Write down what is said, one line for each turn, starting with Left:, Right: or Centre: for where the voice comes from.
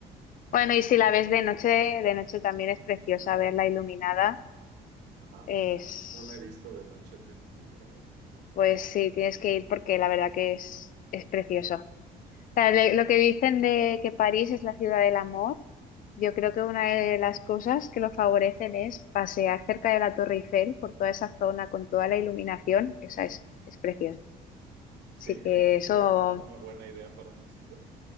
Left: Bueno, y si la ves de noche, de noche también es preciosa verla iluminada.
Right: Ajá.
Left: Es,
Right: No la he visto de noche, tengo que ir a darme una vuelta.
Left: pues sí, tienes que ir porque la verdad que es, es precioso. O sea, le- lo que dicen de que París es la ciudad del amor, yo creo que una de las cosas que lo favorecen es pasear cerca de la Torre Eiffel por toda esa zona con toda la iluminación. Esa es, es preciosa.
Right: Sí,
Left: Así
Right: ¿cre-
Left: que eso.
Right: ¿crees que es una buena idea para una cita?